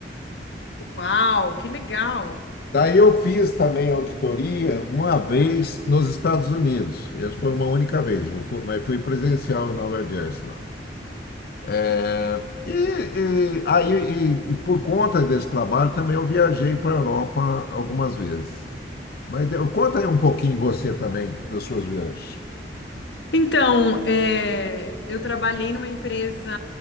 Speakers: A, on the left (about 80°); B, on the left (about 60°).
A: Uau, que legal!
B: Daí eu fiz também auditoria uma vez nos Estados Unidos. Essa foi uma única vez, mas fui mas fui presencial em Nova Jersey lá. Eh, e, e- aí, e- e por conta desse trabalho também eu viajei para a Europa algumas vezes. Mas de- conta aí um pouquinho você também das suas viagens.
A: Então, é, eu trabalhei numa empresa,